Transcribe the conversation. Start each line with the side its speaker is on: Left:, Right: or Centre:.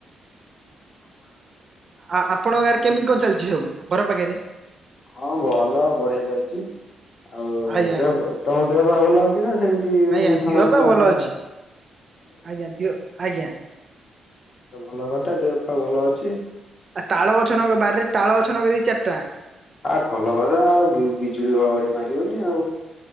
Left: <inaudible>
Right: ଆଉ ଆପଣଙ୍କ ଗାଁରେ କେମିତି କଣ ଚାଲିଛି ସବୁ ଘର ପାଖରେ।
Left: ହଁ ଭଲ ବଢିଆ ଚାଲିଛି। ଆଉ
Right: ଆଜ୍ଞା
Left: ଦେହ ତମ ଦେହ ବା ଭଲ ଅଛି ନା? ସେମିତି
Right: ଆଜ୍ଞା ଦିହ
Left: ଥଣ୍ଡା,
Right: ପା
Left: ଥଣ୍ଡା,
Right: ଭଲ
Left: ଫଣ୍ଡା
Right: ଅଛି।
Left: ରହିଚି।
Right: ଆଜ୍ଞା ଦିଅ ଆଜ୍ଞା।
Left: ଭଲ କଥା ଦେହ ଫେହ ଭଲ ଅଛି?
Right: ଆଉ ତାଳ ଗଛ ନଗ ବାରିରେ ତାଳ ଗଛ ନଗେଇଦେଇଚି ଚାରଟା।
Left: ଆ ଭଲ କଥା ଆଉ ବିଜୁଳିଘଡିଏ ଘଡିଘଡି ମାରିବନି ଆଉ